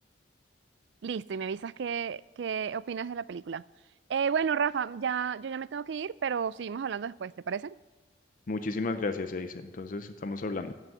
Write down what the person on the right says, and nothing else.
Listo, y me avisas qué, qué opinas de la película. Eh, bueno, Rafa, ya, yo ya me tengo que ir, pero seguimos hablando después, ¿te parece?